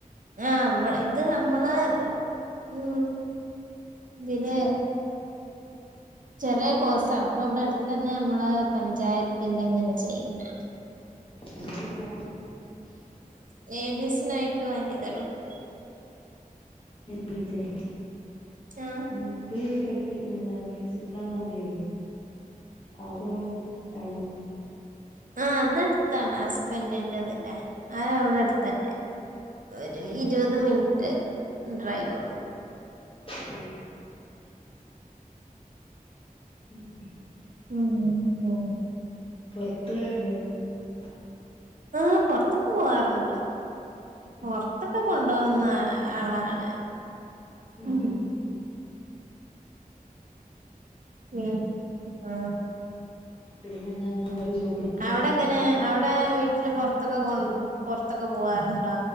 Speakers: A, on the right; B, on the left.
A: ആഹ് ഇത് നമ്മള് ഉ. പിന്നെ. ചെറിയ കോഴ്സ ആാണ് അപ്പൊ വിടെ അടുത്ത് ന്നെ നമ്മള് പഞ്ചായത്തിെ ങ്ങനെ ചെയ്ത്താണ്.
B: അതല്ല.
A: ലേഡീസിനായിട്ട് വനിതൾക്ക്.
B: ടീച്ചേ.
A: ആഹ്
B: ബുപ്പ് പഠിപ്പിക്ക പ്രിൻസിപ്പളാന്ന് പറഞ്ഞിലേ. ആ കോളേജ് എട്ത്താണ്.
A: ആ അതടുത്താണ് ഹസ്ബന്റി ന്റെ ആ വിടെ അടുത്തന്നെ. ഒരു
B: ഏഹ്
A: ഇരുപത് മിനിറ്റ് ഡ്രൈവ് കൊർക്കു.
B: ശേ. ഉം.
A: <unintelligible> ഉം ഉ.
B: പൊറത്ത <unintelligible>
A: ആ പുൊറത്തക്കെ പോവാറ്ണ്ട്. പുറത്തൊക്കെ കൊണ്ട പോന്ന ആളാണ്.
B: ആഹ.
A: ഉം ഉം ആ.
B: പിന്നെന്താ നിങ്ങളൊരു ജോബിനെ
A: ആ
B: നോക്കാന്
A: അവിടെ ങ്ങനെ അവിടെ വീട്ടില് പുറത്ത് പുറത്തൊക്കെ പോവാറുണ്ടേ?